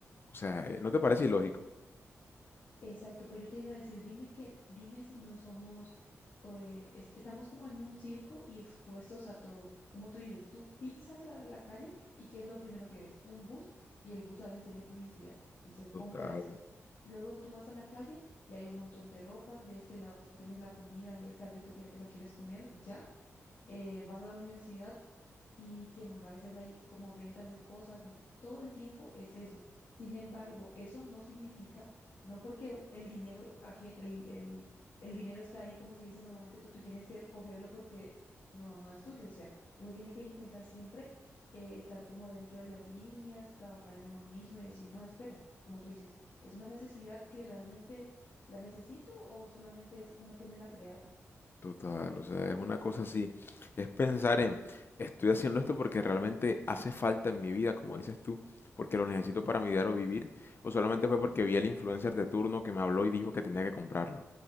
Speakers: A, on the left; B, on the left.
A: O sea, eh, ¿no te parece ilógico?
B: Exacto, pero yo te iba a decir, dime que, dime si no somos, eh, es- estamos como en un circo y expuestos a todo. Como tú dices, tú pisas la, la calle y ¿qué es lo primero que ves? Un bus y el bus a veces tiene publicidad y se compra
A: Total.
B: esto. Luego tú vas a la calle y hay un montón de ropas, de este lado tienes la comida y el carrito que ya te lo quieres comer, ya. Eh, vas a la universidad y qué más, a veces hay como ventas de cosas, ¿no? Todo el tiempo es eso. Sin embargo, eso no significa, no porque u- el dinero, aje- el, el, el dinero está ahí, como se dice normalmente, tú, tú tienes que cogerlo porque no, no es tuyo. O sea, uno tiene que intentar siempre eh, estar como dentro de las líneas, trabajar en uno mismo y decir, no, espera, como tú dices, ¿es una necesidad que realmente la necesito o solamente es una que me la crearon?
A: Total, o sea, es una cosa así, es pensar en, estoy haciendo esto porque realmente hace falta en mi vida, como dices tú, porque lo necesito para mi diario vivir, o solamente fue porque vi al influencer de turno que me habló y dijo que tenía que comprarlo.